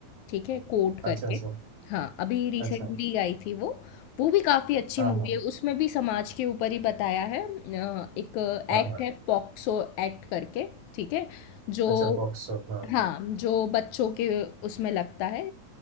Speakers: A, on the left; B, on the right.
A: ठीक है कोट करके
B: अच्छा अच्छा
A: हाँ अभी रिसेंटली
B: अच्छा
A: आई थी वो वो भी काफ़ी अच्छी
B: हाँ
A: मूवी
B: हाँ
A: है उसमें भी समाज के ऊपर ही बताया है अ, एक
B: हाँ
A: एक्ट
B: हाँ
A: है पॉक्सो एक्ट करके ठीक है जो
B: अच्छा बॉक्स ऑफ हाँ
A: हाँ जो बच्चों के उसमें लगता है